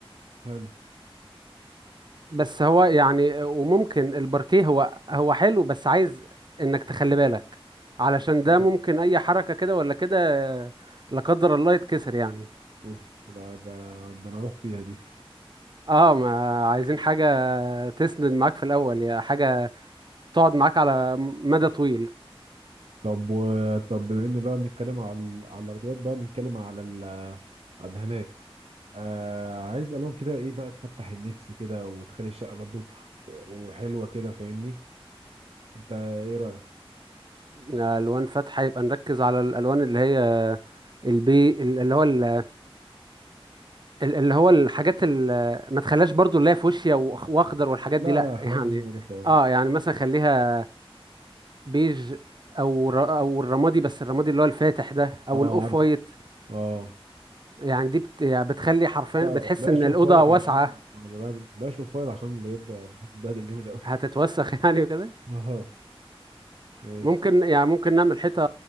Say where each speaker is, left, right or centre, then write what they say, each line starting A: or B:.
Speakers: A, on the right (about 90°); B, on the right (about 50°).
A: حلو
B: بس هو يعني وممكن الباركيه هو هو حلو بس عايز انك تخلي بالك علشان ده
A: مم.
B: ممكن اي حركة كده ولا كده لا قدر الله يتكسر يعني
A: اوف لا ده ده انا اروح فيها دي
B: اه ما عايزين حاجة تسند معاك في الاول يا حاجة تقعد معاك على مدى طويل
A: طب و... طب بما ان بقى بنتكلم على ال... على الارضيات بقى نتكلم على ال- الدهانات آه عايز الوان كده ايه بقى تفتح النفس كده وتخلي الشقه برضو و- وحلوه كده فاهمني انت ايه رايك
B: الوان فاتحة يبقى نركز على الالوان اللي هي البي ال- اللي هو ال- ال- اللي هو الحاجات اللي ما تخليهاش برضو اللي هي فوشيا واخضر والحاجات
A: لا
B: دي لا
A: لا الحاجات
B: يعني
A: دي مقرفه
B: اه يعني مثلا خليها بيج او ر... او الرمادي بس الرمادي اللي هو الفاتح ده او
A: اه
B: الاوف
A: عارفه
B: وايت
A: اه
B: يعني دي بت... يعني بتخلي حرفيا
A: لا
B: بتحس
A: بشوف
B: ان الاوضه
A: فايت
B: واسعه
A: عشان ب- بشوف فايت عشان بجد هتتبهدل جامد قوي
B: هتتوسخ <laughs> يعني وكده
A: <laughs> اه ماشي
B: ممكن يعني ممكن نعمل حيطه